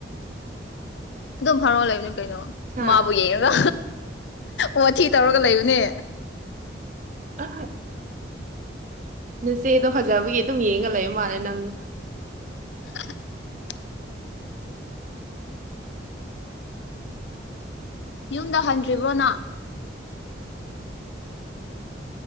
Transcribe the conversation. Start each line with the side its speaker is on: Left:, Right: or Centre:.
Left: ꯑꯗꯨꯝ ꯐꯝꯃ ꯂꯩꯕꯅꯦ ꯀꯩꯅꯣ
Right: ꯍꯥ
Left: ꯃꯥꯕꯨ ꯌꯦꯡꯉꯒ ꯋꯥꯊꯤ ꯇꯧꯔꯒ ꯂꯩꯕꯅꯦ
Right: ꯑꯥ ꯏꯆꯦꯗꯣ ꯐꯖꯕꯒꯤ ꯑꯗꯨꯝ ꯌꯦꯡꯉꯒ ꯂꯩꯕ ꯃꯥꯜꯂꯦ ꯅꯪ
Left: <inaudible> ꯌꯨꯝꯗ ꯍꯟꯗ꯭ꯔꯤꯕ꯭ꯔꯣ ꯅꯪ